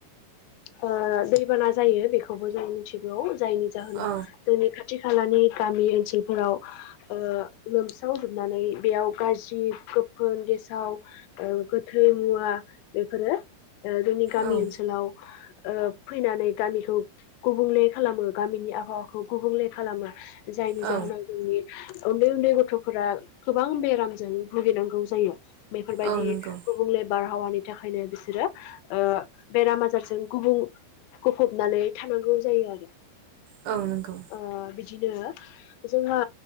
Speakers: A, on the left; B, on the right.
A: ओ दैबाना जायो बेखौबो जों मिथिगौ। जायनि जाहोनाव
B: औ
A: जोंनि खा थि खालानि गामि ओनसोलफोराव ओ लोमसावजोबनानै बेयाव गाज्रि गोफोन गेसाव ओ गोथै मुवा बेफोरो ओ जोंनि गामि
B: औ
A: ओनसोलाव ओ फैनानै गामिखौ गुबुंले खालामो गामिनि आबहावाखौ गुबुंले खालामो। जायनि
B: औ
A: जाहोनाव जोंनि उन्दै-उन्दै गथ'फोरा गोबां बेराम जों भुगिनांगौ जायो बेफोरबायदि
B: औ नंगौ
A: गुबुंले बारहावानि थाखायनो बिसोरो ओ बेराम आजारजों गुबुं गफबनानै थानांगौ जायो आरो
B: औ नंगौ
A: ओ बिदिनो जोंहा